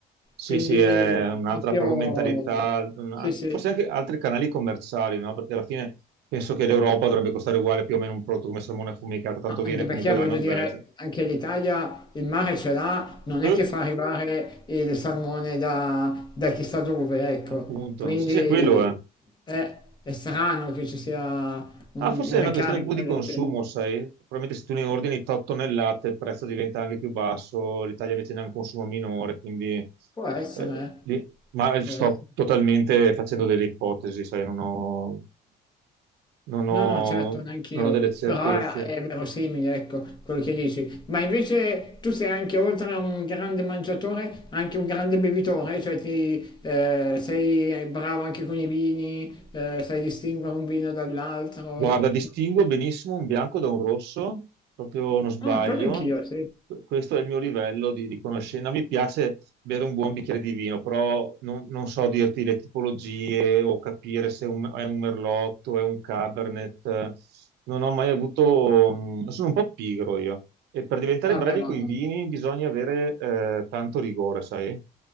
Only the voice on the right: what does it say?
Sì,
sì, è un'altra
proprio mentalità, una-
forse anche altri canali commerciali, no? Perché alla fine penso che l'Europa dovrebbe costare uguale più o meno un prodotto come salmone affumicato, tanto
viene
comunque dalla
Norvegia.
Eh,
appunto,
sì, sì, è quello, eh.
Ah, forse
è una
questione proprio di
consumo,
sai? Probabilmente se tu ne ordini 8 tonnellate il prezzo diventa anche più basso, l'Italia invece ne ha un consumo minore, quindi...
eh,
di- Ma
sto
totalmente facendo delle ipotesi, sai? Non ho, non ho,
non ho delle certezze.
Guarda, distingo benissimo un bianco da un rosso, proprio non sbaglio.
Que- Questo è il mio livello di, di conoscenza. Mi piace bere un buon bicchiere di vino, però non, non so dirti le tipologie o capire se un- è un merlotto, è un cabernet. Non ho mai avuto... mm, Sono un po' pigro io. E per diventare
brevi
con i vini bisogna avere eh, tanto rigore, sai?